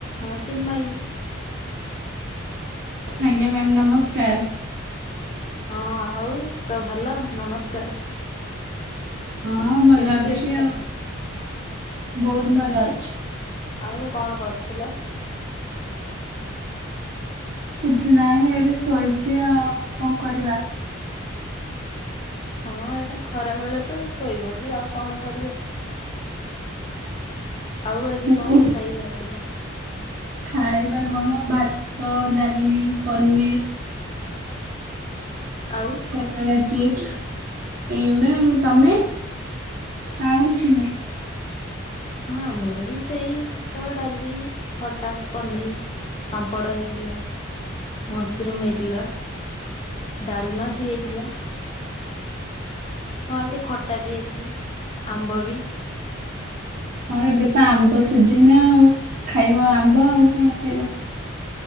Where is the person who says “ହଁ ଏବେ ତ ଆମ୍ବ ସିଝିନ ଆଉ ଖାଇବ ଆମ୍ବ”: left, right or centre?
Right